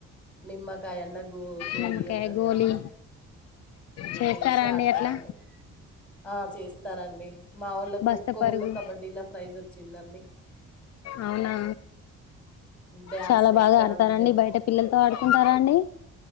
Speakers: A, in the centre; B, on the left.
A: నిమ్మకాయన్న గో గోళ
B: నిమ్మకాయ
A: ఉంటది
B: గోళీ
A: కదా మనం
B: చేస్తారా
A: అవేసి
B: అండి
A: ఆడతారండి.
B: ఎట్లా
A: ఆ చేస్తారంండి మా వాళ్ళ
B: బస్త
A: ఖోఖోను
B: పరుగు
A: కబడ్డీలా ప్రైజ్ వచ్చిందండి
B: అవునా
A: డ్యాన్స్
B: చాలా
A: లు
B: బాగా
A: ఎస్తారండి
B: ఆడతారండి
A: జనవరి
B: బయట పిల్లలతో ఆడుకుంటార అండి